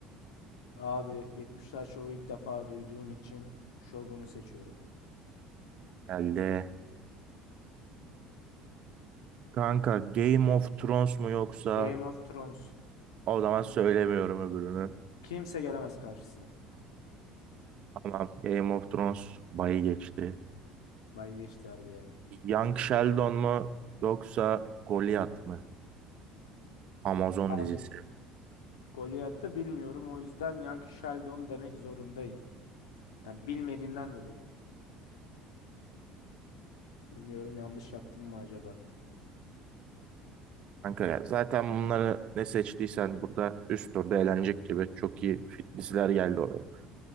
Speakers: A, on the left; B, on the right.
A: Abi 70'ler şovu ilk defa duyduğum için Shogun'u seçiyorum.
B: Geldi. Kanka Game of Thrones mu yoksa
A: Game of Thrones.
B: o zaman söylemiyorum öbürünü.
A: Kimse gelemez karşısına.
B: Tamam Game of Thrones bayı geçti.
A: Bay geçti harbiye.
B: Young Sheldon mu yoksa Goliath mı? Amazon
A: Abi
B: dizisi.
A: Goliath'ı bilmiyorum o yüzden Young Sheldon demek zorundayım. Yani bilmediğimden dolayı. Bilmiyorum yanlış yaptım mı acaba?
B: Kanka ya zaten bunları ne seçtiysen burada üst turda eğlenecek gibi çok iyi fit- diziler geldi oraya.